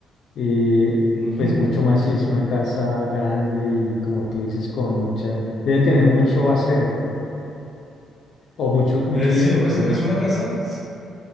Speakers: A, on the left; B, on the left.
A: eh,
B: Ujú.
A: pues mucho más si es una casa grande y como tú dices, con mucha, debe tener mucho acero <laughs> o mucho, mucho
B: Eh, sí,
A: hierro,
B: pues
A: perdón.
B: es una casa. <laughs>